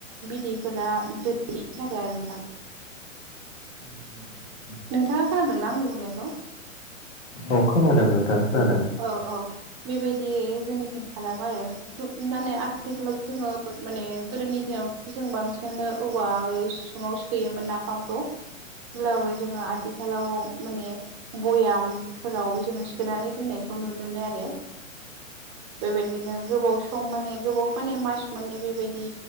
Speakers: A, on the right; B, on the left.
A: उैफोरा दैनि थाखाय आरोदां <unintelligible>
B: उ <unintelligible>
A: नोंथाङा खोनादोंना आंनि बुंनायखौ
B: औ खोनादों नोंथां। खोनादों।
A: औ औ बेबायदि जोंनिथिं खालामो आरो माने आथिखालाव जोङो माने गोदोनि दि जों बांसिन <unintelligible> बिदिनो औवाै सिङाव सोयोमोन नाफामखौ हब्लाबो जोङो आथिखालाव माने भयामफोराव जोङो सोनानै दोननायखौ नुनो मोनो आरो बेबायदिनो गोबाव सम माने गोबावफोरान मास मोननै बेबायदि